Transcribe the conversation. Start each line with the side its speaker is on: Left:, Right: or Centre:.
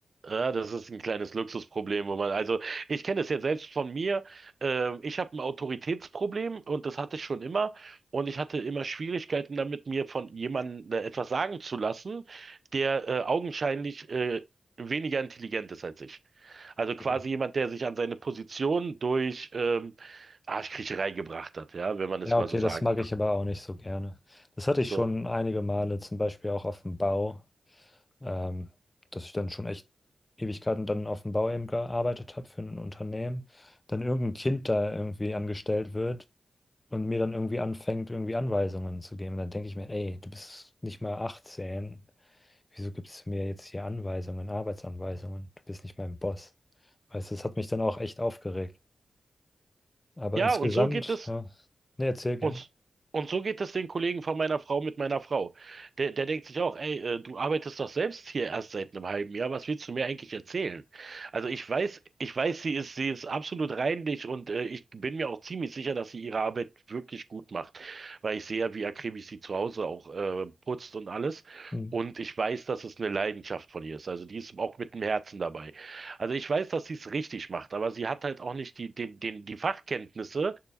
Right: Ja, das ist ein kleines Luxusproblem, wo man, also ich kenne das ja selbst von mir. Ähm, ich habe ein Autoritätsproblem und das hatte ich schon immer. Und ich hatte immer Schwierigkeiten damit, mir von jemandem äh, etwas sagen zu lassen, der äh, augenscheinlich äh, weniger intelligent ist als ich. Also quasi
Left: Mhm.
Right: jemand, der sich an seine Position durch ähm, Arschkriecherei gebracht hat, ja, wenn man
Left: Ja,
Right: es mal
Left: okay,
Right: so sagen
Left: das mag
Right: kann.
Left: ich aber auch nicht so gerne. Das hatte
Right: So.
Left: ich schon einige Male, zum Beispiel auch auf dem Bau, ähm, dass ich dann schon echt Ewigkeiten dann auf dem Bau eben gearbeitet habe für ein Unternehmen. Dann irgendein Kind da irgendwie angestellt wird und mir dann irgendwie anfängt, irgendwie Anweisungen zu geben. Dann denke ich mir, ey, du bist nicht mal 18. Wieso gibst du mir jetzt hier Anweisungen, Arbeitsanweisungen? Du bist nicht mein Boss. Weißt du, das hat mich dann auch echt aufgeregt. Aber
Right: Ja,
Left: insgesamt,
Right: und so geht es
Left: ja, ne, erzähl gerne.
Right: Und, und so geht es den Kollegen von meiner Frau mit meiner Frau. Der, der denkt sich auch, ey, äh, du arbeitest doch selbst hier erst seit einem halben Jahr, was willst du mir eigentlich erzählen? Also ich weiß, ich weiß, sie ist, sie ist absolut reinlich und äh, ich bin mir auch ziemlich sicher, dass sie ihre Arbeit wirklich gut macht, weil ich sehe ja, wie akribisch sie zu Hause auch äh, putzt und alles.
Left: Hm,
Right: Und ich weiß, dass es eine Leidenschaft von ihr ist. Also die ist auch mit dem Herzen dabei. Also ich weiß, dass sie es richtig macht, aber sie hat halt auch nicht die, den, den, die Fachkenntnisse,